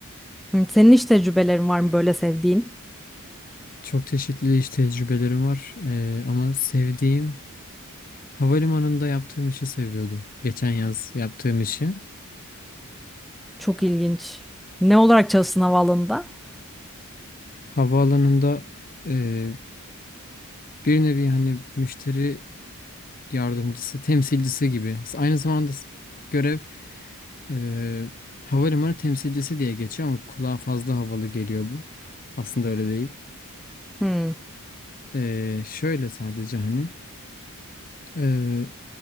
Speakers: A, in the centre; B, on the left.
A: Hı, Senin hiç tecrübelerin var mı böyle sevdiğin?
B: Çok çeşitli iş tecrübelerim var. Ee, ama sevdiğim havalimanında yaptığım işi seviyordum. Geçen yaz yaptığım işi.
A: Çok ilginç. Ne olarak çalıştın havaalanında?
B: Havaalanında e, bir nevi hani müşteri yardımcısı, temsilcisi gibi. Aynı zamanda s- görev e, havalimanı temsilcisi diye geçiyor ama kulağa fazla havalı geliyor bu. Aslında öyle değil.
A: Hmm,
B: E, şöyle sadece hani e,